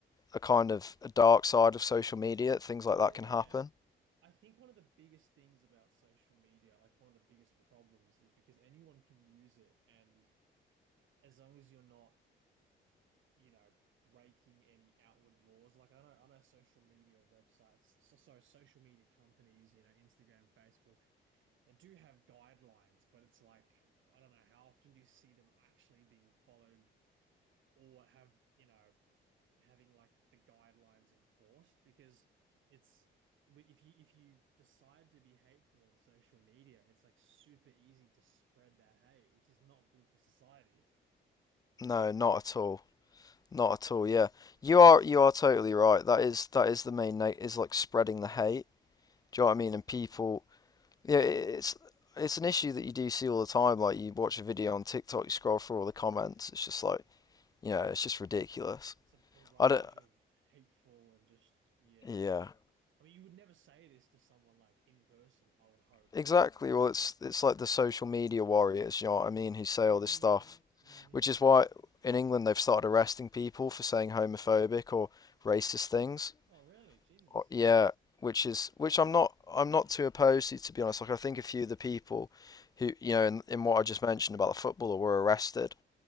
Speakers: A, on the left; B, on the right.
A: a kind of a dark side of social media. Things
B: Yeah.
A: like that can happen.
B: I think one of the biggest things about social media, like one of the biggest problems, is because anyone can use it, and as long as you're not, you know, breaking any outward laws, like I know, I know social media websites, so, so social media companies, you know, Instagram, Facebook. They do have guidelines, but it's like, I don't know, how often do you see them actually being followed or have, you know, having like the guidelines enforced? Because it's if you if you decide to be hateful on social media, it's like super easy to spread that hate, which is not good for society.
A: No, not at all. Not at all. Yeah, you are you are totally right. That is that is the main note is like spreading the hate. Do you know what I mean? And people, yeah, it's it's an issue that you do see all the time. Like you watch a video on TikTok, you scroll through all the comments. It's just like you know, it's just ridiculous.
B: It's a barrage
A: I don't,
B: of hateful and just, yeah,
A: yeah,
B: just, I mean, you would never say this to someone like in person, I would hope.
A: exactly. Well, it's
B: But,
A: it's like the social media warriors, you know what I mean, who say
B: mm,
A: all this stuff,
B: mm-hmm.
A: which is why in England they've started arresting people for saying homophobic or racist things.
B: Oh, really? Jesus.
A: Or, yeah, which is which I'm not I'm not too opposed to, to be honest. Like I think a few of the people who, you know, in, in what I just mentioned about the footballer were arrested